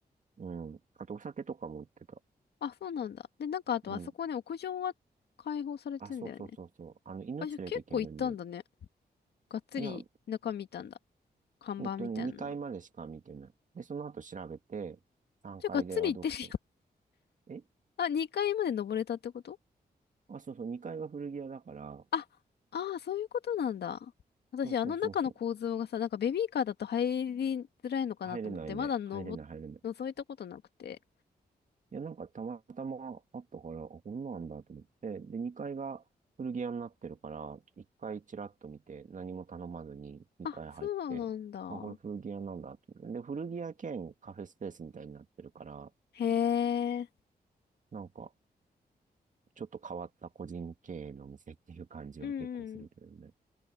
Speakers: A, on the right (about 50°); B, on the left (about 80°).
A: うん、あとお酒とかも売ってた。
B: あ、そうなんだ。で、なんかあとあそこね、
A: うん。
B: 屋上は開放されてんだよね。
A: あ、そうそうそうそう。あの、犬連れていけるんだ。
B: あ、じゃあ結構行ったんだね。がっつり中見たんだ。
A: いや、
B: 看板みたいなの。
A: 本当に2階までしか見てない。で、その後調べて、3階で、
B: じゃあ、がっつり行ってるよ。
A: あ、どこ、え
B: <laughs> あ、2階まで登れたってこと
A: あ、そうそう、2階が古着屋だから、
B: あ、ああ、そういうことなんだ。私、
A: そうそうそうそう。
B: あの中の構造がさ、なんかベビーカーだと入りづらいのかなと思って、
A: 入れないね。
B: まだ登っ、
A: 入れない、入れない。
B: 覗いたことなくて。
A: いや、なんかたまたまあったから、あ、こんなんだと思って。で、2階が古着屋になってるから、1階チラッと見て、何も頼まずに2階入って、
B: あ、そうなんだ。
A: あ、これ古着屋なんだと思って。で、古着屋兼カフェスペースみたいになってるから、
B: へえ。
A: なんか、ちょっと変わった個人経営の店っていう感じは結構するけどね。
B: うんうん。